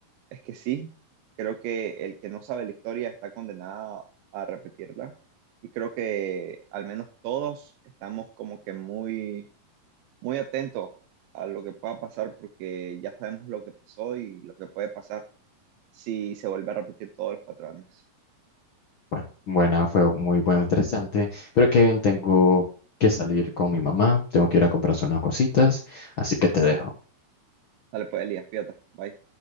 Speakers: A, on the right (about 80°); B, on the left (about 60°).
A: Es que sí, creo que el que no sabe la historia está condenado a repetirla. Y creo que al menos todos estamos como que muy, muy atentos a lo que pueda pasar porque ya sabemos lo que pasó y lo que puede pasar si se vuelve a repetir todos los patrones.
B: Bueno, buena, fue muy bueno, interesante, pero Kevin, tengo que salir con mi mamá, tengo que ir a comprarse unas cositas, así que te dejo.
A: Dale, pues, Elías, cuídate. Bye.